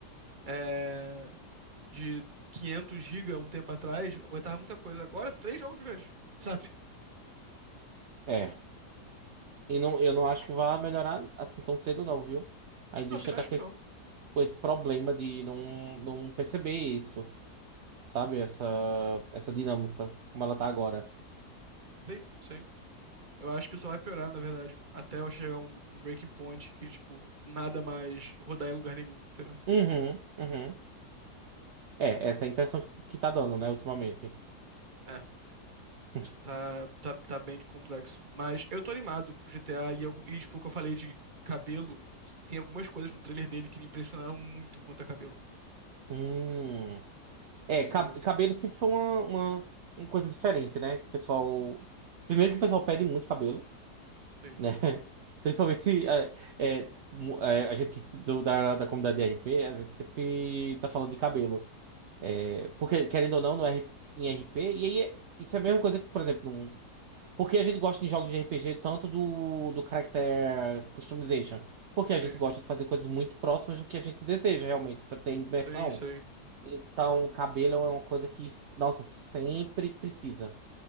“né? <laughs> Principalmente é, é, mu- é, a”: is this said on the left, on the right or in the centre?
Right